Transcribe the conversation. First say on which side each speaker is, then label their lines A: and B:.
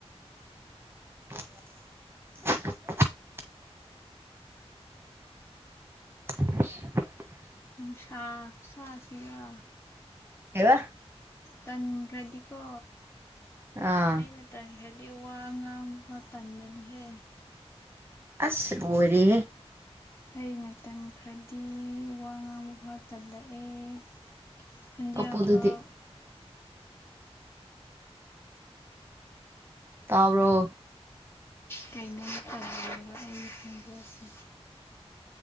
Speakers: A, on the right (about 20°); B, on the left (about 20°).
A: <unintelligible> <inaudible>
B: ꯅꯨꯡ ꯁꯥ ꯈꯨ ꯁꯥꯁꯤꯕ
A: ꯍ
B: ꯇꯟꯈ꯭ꯔꯗꯤꯀꯣ
A: ꯑꯥ
B: ꯑꯩꯅ ꯇꯟꯈ꯭ꯔꯗꯤ ꯋꯥ ꯉꯥꯡꯕ ꯈ ꯇꯟꯕꯗꯤꯍꯦ
A: ꯑꯁ ꯂ ꯑꯣꯏꯔꯦ
B: ꯑꯩꯅ ꯇꯟꯈ꯭ꯔꯗꯤ ꯋꯥ ꯉꯥꯡꯕ ꯐꯥꯎ ꯇꯜꯂꯛꯑꯦ ꯈ ꯈꯨꯟꯗꯤꯌꯥ
A: ꯀꯞꯄꯗꯨꯗꯤ
B: ꯐꯥꯎ
A: ꯥꯎꯔꯣ
B: ꯀꯩꯅꯣꯝ ꯇꯧꯔꯝꯅꯦꯕ ꯑꯩ ꯈꯟꯖꯁꯤ